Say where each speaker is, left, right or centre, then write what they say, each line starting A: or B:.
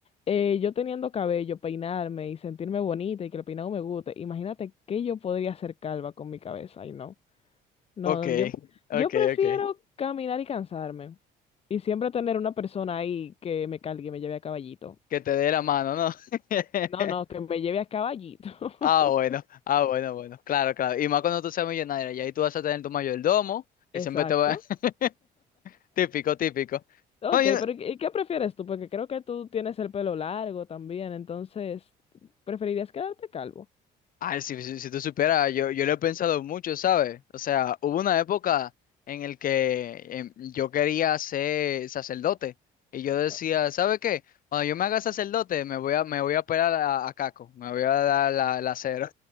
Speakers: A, on the left; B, on the left.
A: eh, yo teniendo cabello, peinarme y sentirme bonita y que el peinado me guste, imagínate que yo podría hacer calva con mi cabeza. Y no, no,
B: Ok,
A: yo,
B: ok,
A: yo prefiero
B: ok.
A: caminar y cansarme. Y siempre tener una persona ahí que me cargue y me lleve a caballito.
B: Que te dé la mano, ¿no? <laughs>
A: No, no, que me lleve a caballito. <laughs>
B: Ah, bueno, ah, bueno, bueno. Claro, claro. Y más cuando tú seas millonario, y ahí tú vas a tener tu mayordomo, que
A: Exacto.
B: siempre te va. <laughs> Típico, típico.
A: Ok,
B: Bueno, yo no-
A: pero ¿y qué prefieres tú? Porque creo que tú tienes el pelo largo también, entonces, ¿preferirías quedarte calvo?
B: Ay, si, si, si tú supieras, yo, yo lo he pensado mucho, ¿sabes? O sea, hubo una época en el que em, yo quería ser sacerdote. Y yo decía,
A: Oh,
B: ¿sabe qué? Cuando yo me haga sacerdote, me voy a, me voy a operar a, a Caco, me voy a dar la, la cero.